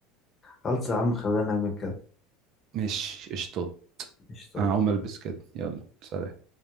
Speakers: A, on the left (about 30°); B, on the right (about 55°).
A: خلص يا عم خلينا نعمل كده
B: مش قشطات
A: قشطة
B: انا هقوم البس كده يلا سلام